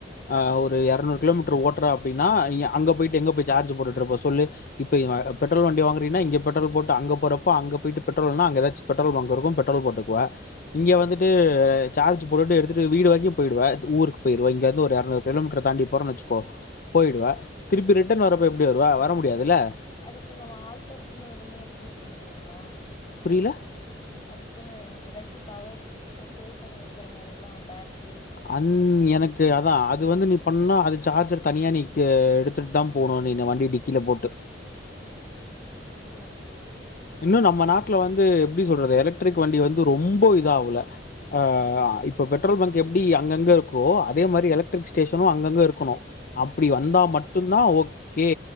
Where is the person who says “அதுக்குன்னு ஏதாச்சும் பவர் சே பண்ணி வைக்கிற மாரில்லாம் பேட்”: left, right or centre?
Left